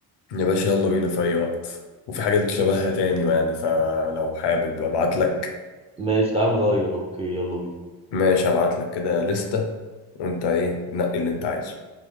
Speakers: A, on the left; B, on the right.
A: يا باشا يلا بينا في اي وقت وفي حاجات شبهها تاني بقى يعني فلو حابب ابعت لك
B: ماشي تعال نغير اوكي يلا بينا
A: ماشي ابعت لك كده لستة وانت ايه نقي اللي انت عايزه